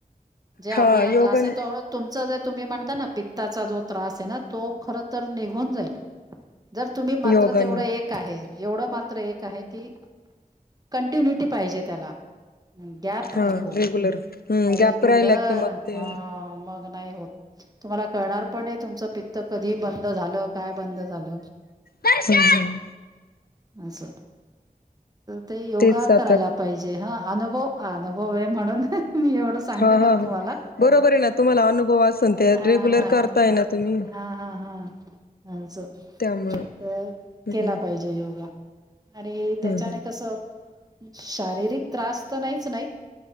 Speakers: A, on the right (about 25°); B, on the left (about 90°).
A: जे आपल्याला
B: हा योगन
A: त्रास आहे. तो तुमच जे तुम्ही म्हणता ना पित्ता जो त्रास आहे ना तो खर तर निघून जाईल. जर तुम्ही मात्र
B: योगाने
A: तेवढं एक आहे एवढं मात्र एक आहे की कंटिन्युटी पाहिजे त्याला गॅप
B: हा
A: नको.
B: रेग्युलर हम्म
A: रेगुलर
B: गॅप राहिला की मग ते
A: हा मग नाही होत तुम्हाला कळणार प पण तुमचं पित्त कधी बंद झालं, काय बंद झालं.
B: हम्म हम्म
A: अस. ते योगा
B: तेच आता
A: करायला पाहिजे हा अनुभव अनुभ होय म्हणून मी एवढं सांगते
B: हा हा
A: खरं
B: हा
A: तुम्हाला
B: बरोबर आहे ना तुम्हाला अनुभव असन
A: हा
B: ते रेग्युलर
A: ह
B: करताय
A: हा
B: ना तुम्ही
A: हा हा अच तर
B: त्यामुळं हम्म
A: केला पाहिजे योगा अरे त्याच्याने
B: हम्म हम्म
A: कसं शारीरिक त्रास तर नाहीच नाही